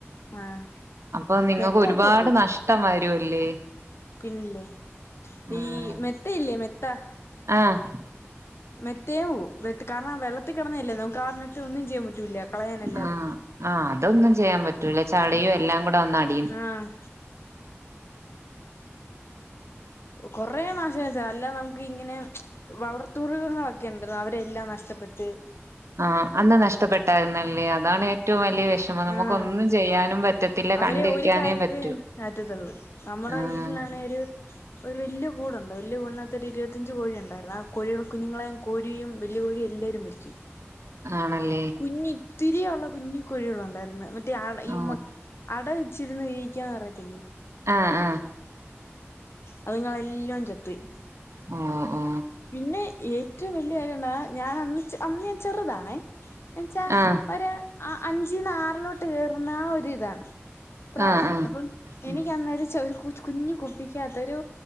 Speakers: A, on the left; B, on the right.
A: ആഹ്
B: അപ്പൊ നിങ്ങക്ക്
A: മെത്തയൊക്കെ
B: ഒരുപാട് നഷ്ടം വരുംല്ലേ
A: പിന്നല്ലേ
B: ആഹ്
A: ഈ മെത്തയില്ലേ മെത്ത
B: ആഹ്
A: മെത്തേ പോവും കാരണം ആ വെള്ളത്തി കിടന്നല്ലേ നമുക്ക് ആ മെത്ത ഒന്നും ചെയ്യാൻ പറ്റൂല്ല കളയാനല്ലാതെ
B: ആഹ് ആഹ് അതൊന്നും ചെയ്യാൻ പറ്റൂല ചളിയും എല്ലാം കൂടെ വന്ന അടി
A: ആഹ് കൊറേ നാശം വിതച്ചാ അല്ലേ നമുക്ക് ഇങ്ങനെ വളർത്തു മൃർഗങ്ങളൊക്കെ ഉണ്ടല്ലോ അവരെല്ലാം നഷ്ടപ്പെട്ട്
B: ആ അന്ന് നഷ്ടപ്പെട്ടായിരുന്നല്ലേ അതാണ് ഏറ്റവും വലിയ വിഷ നമുക്ക്
A: ആഹ്
B: ഒന്നും ചെയ്യാനും പറ്റത്തില്ല
A: അവരെ
B: കണ്ടിരിക്കാനേ
A: ഒരു കാര്യത്തി
B: പറ്റൂ
A: മാറ്റത്തുള്ളൂ നമ്മുടെ
B: ആഹ്
A: വീട്ടിലാണെ ഒരു ഒരു വലിയ കൂടുണ്ട് വലിയ കൂടിനകത്ത് ഒരു ഇരുപത്തി അഞ്ച് കോഴി ഉണ്ടായിരുന്നു ആ കോഴികള കുഞ്ഞുങ്ങളെയക കോഴിയും വലിയ കോഴിയും എല്ലാവരും മരിക്കെ
B: ആണല്ലേ
A: കുഞ്ഞി ഇത്തിരിയുള്ള കുഞ്ഞികോ ഴികൾ ഉണ്ടായിരുന്നു മറ്റേ ആവ
B: ഓ
A: ഈ മൊ അട വച്ചിരുന്ന് വിരിക്കാന്ന് അറിയത്തില്ലേ
B: ആഹ് ആഹ്
A: അത്ങ്ങളെല്ലാം ചത്തു പോയി
B: ആ ആ
A: പിന്നെ ഏറ്റവും വലിയ കാര്യം എന്താന്ന ഞാൻ അന്ന് അന്ന് ഞാൻ ചെറുതാണെ എന്നെച്ചാ
B: ആഹ്
A: ഒര് അഞ്ചിന്ന് ആറിലോട്ട് കേറുന്ന ആ ഒരിതാണ് പ്രായാ
B: ആഹ് ആഹ്
A: അപ്പം
B: ഉം
A: എനക്ക് അന്നേര ഒരു കുഞ്ഞു കുപ്പിക്കാത്ത ഒരു